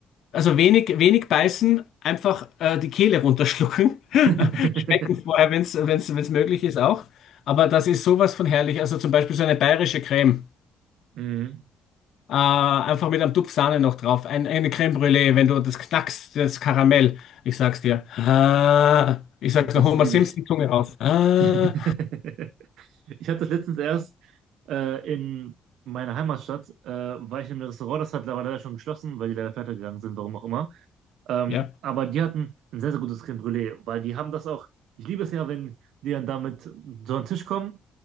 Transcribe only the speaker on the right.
<laughs>
Mhm.
Das
liebe
ich.
<laughs> Ich habe das letztens erst äh, in meiner Heimatstadt, äh, war ich in einem Restaurant, das hat leider schon geschlossen, weil die leider pleite gegangen sind, warum auch immer. Ähm,
aber die hatten ein sehr, sehr gutes Crème Brûlée, weil die haben das auch, ich liebe es ja, wenn die dann damit so an den Tisch kommen